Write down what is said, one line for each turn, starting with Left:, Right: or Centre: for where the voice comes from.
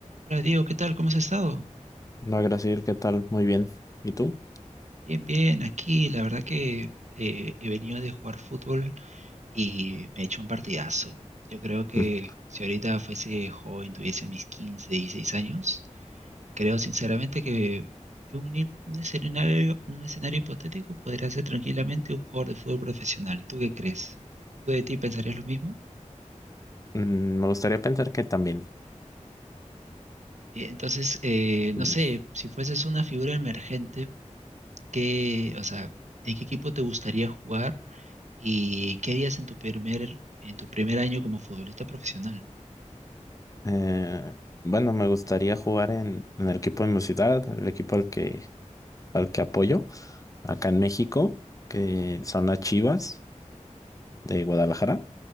Right: Hola Diego, ¿qué tal? ¿Cómo has estado?
Left: No, gracias, ¿qué tal? Muy bien. ¿Y tú?
Right: Bien, bien, aquí la verdad que eh, he venido de jugar fútbol y me he hecho un partidazo. Yo creo que
Left: Mm.
Right: si ahorita fuese joven, tuviese mis 15, 16 años, creo sinceramente que que un, hi- un escenario, un escenario hipotético podría ser tranquilamente un jugador de fútbol profesional. ¿Tú qué crees? ¿Tú de ti pensarías lo mismo?
Left: Mm, me gustaría pensar que también.
Right: Y Entonces, eh,
Left: sí.
Right: no sé, si fueses una figura emergente, ¿qué, o sea, ¿en qué equipo te gustaría jugar? ¿Y qué harías en tu primer, en tu primer año como futbolista profesional?
Left: Eh, bueno, me gustaría jugar en, en el equipo de mi ciudad, el equipo al que, al que apoyo, acá en México, que son las Chivas de Guadalajara.